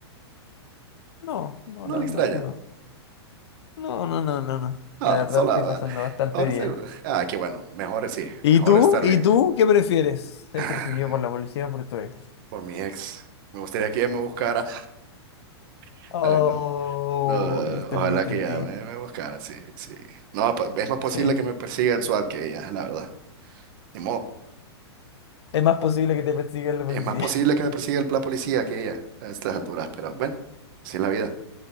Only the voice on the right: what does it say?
No
la
extrañas.
Ah,
sola.
va.
Ahora
sí. Ah, qué bueno. Mejor sí.
Mejor
estar
bien.
<sighs>
Por mi ex. Me gustaría que ella me buscara. <laughs> Ay,
no. No,
ojalá
que ella me, me buscara, sí, sí. No, pa- es más posible
que me persiga el SWAT que ella, la verdad. Ni modo.
Es
más posible que me persiga el, la policía que ella a estas alturas, pero bueno, así es la vida.